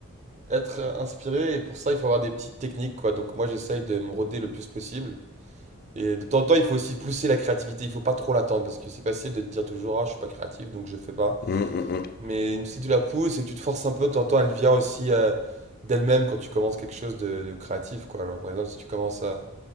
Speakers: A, on the right (about 35°); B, on the left (about 45°).
A: être euh, inspiré et pour ça il faut avoir des petites techniques quoi. Donc moi j'essaye de me roder le plus possible. Et de temps en temps, il faut aussi pousser la créativité, il faut pas trop l'attendre parce que c'est facile de te dire toujours ah je suis pas créatif donc je fais pas.
B: Mm, mm, mm.
A: Mais si tu la pousses et que tu te forces un peu, de temps en temps elle vient aussi euh, d'elle-même quand tu commences quelque chose de, de créatif quoi. Alors par exemple si tu commences à